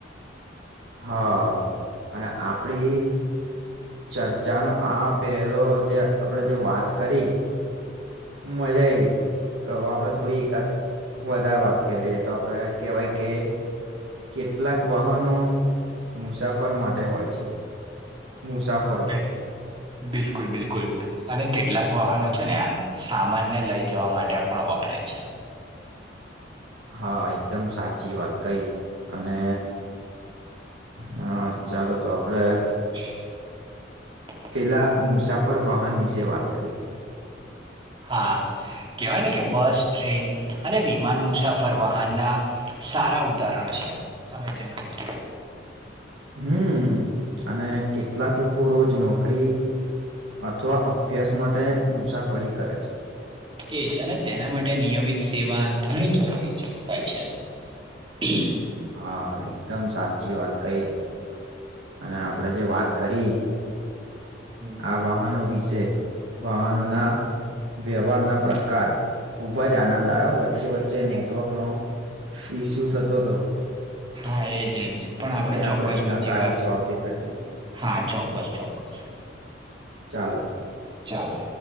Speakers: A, on the right; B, on the right.
A: હા અને આપડી ચર્ચા ન આ પેલો જે આપડે જે વાત કરી મજા આઈ ગઈ તો હવે આપડે થોડી એકાદ વધારે વાત કરી લએ તો આપડે કેહેવાય કે કેટલાક વાહનો મુસાફર માટે હોય છે. મુસાફરો
B: બિ- બિલકુલ બિલકુલ અને કેટલાક વાહનો છે ને આમ સામાનને લઈ જવા માટે પણ વપરાય છે.
A: હા એકદમ સાચી વાત કઈ અને હા ચાલો તો આપડે
B: <inaudible>
A: પેલા મુસાફર વાહન વિશે વાત કરી
B: હા કહેવાય ને કે બસ ટ્રેન અને વિમાન મુસાફર વાહનના સારા ઉદાહરણ છે તમે જેમ કીધું
A: હમ અને કેટલાક લોકો રોજ નોકરી. અથવા અભ્યાસ માટે મુસાફરી કરે છે.
B: એજ અને તેના માટે નિયમિત સેવા ઘણી જરૂરી હોય છે. હુ.
A: હા એકદમ સાચી વાત કઈ. અને આપણેે જે વાત કરી.
B: હમ.
A: આ વાહનો વિશે વાહનો
B: હા
A: ના વ્યવહારના પ્રકાર ખૂબ જ આનંદ આવ્યો વચ્ચે વચ્ચે નેટવર્કનો વિસુ થતો હતો
B: હા એજ એજ પણ આપડ
A: એ
B: ચોક્કસ
A: આપડે ધ્યાન
B: બીજી
A: રાખીશું
B: વાર.
A: આવતી ફેરથી
B: હા ચોક્કસ ચોક્કસ
A: ચાલો
B: ચાલો